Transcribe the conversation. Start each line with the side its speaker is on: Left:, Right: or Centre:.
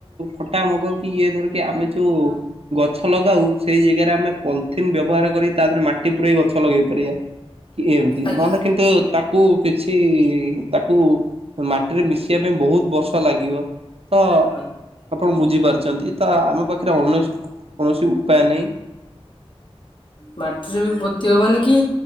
Right: ଫଟା ମଗ କି ଇଏ ଧର କିି ଆମେ ଯୋଉ ଗଛ ଲଗାଉ, ସେଇ ଜାଗାରେ ଆମେ ପଲିଥିନ୍ ବ୍ୟବହାର କରି ତା ଦେହରେ ମାଟି ପୁରାଇ ଗଛ ଲଗେଇ ପାରିବା। କି ଏମତି।
Left: ଆଜ୍ଞା।
Right: ମାନେ କିନ୍ତୁ ତାକୁ କିଛି ତାକୁ ମାଟିରେ ମିଶିବା ପାଇଁ ବହୁତ ବର୍ଷ ଲାଗିବ। ତ
Left: <unintelligible>
Right: ଆପଣ ବୁଝିପାରୁଛନ୍ତି। ତ ଆମ ପାଖରେ ଅଣ କୌଣସି ଉପାୟ ନାହିଁ।
Left: ମାଟି ରେ ବି ପୋତି ହବନି କି